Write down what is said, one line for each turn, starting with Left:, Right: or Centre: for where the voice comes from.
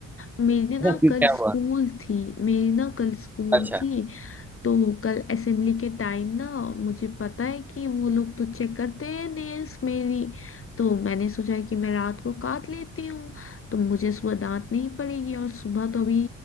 Left: मेरी ना
Centre: अच्छा, क्यों
Left: कल
Centre: क्या
Left: स्कूल
Centre: हुआ
Left: थी मेरी ना कल स्कूल
Centre: अच्छा
Left: थी तो कल असेंबली के टाइम ना मुझे पता है कि वो लोग तो चेक करते हैं नेल्स मेरी तो मैंने सोचा कि मैं रात को काट लेती हूँ तो मुझे सुबह दांत नहीं पड़ेगी और सुबह तो अभी